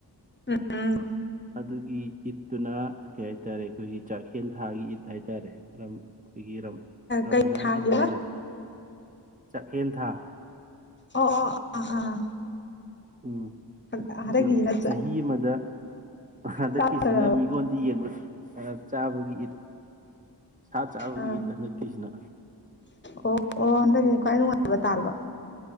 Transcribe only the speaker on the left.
ꯎꯝ ꯎꯝ
ꯀꯩ ꯊꯥꯒꯦꯕ
ꯑꯣ ꯑꯣ ꯑꯥ ꯑꯥ
ꯍꯟꯗꯛꯀꯤꯁꯤꯅ
ꯆꯥꯗꯔꯕ
ꯑꯥ
ꯑꯣ ꯑꯣ ꯍꯟꯗꯛꯀꯤꯗꯤ ꯈ꯭ꯋꯥꯏ ꯅꯨꯡꯉꯥꯏꯕ ꯇꯥꯔꯕ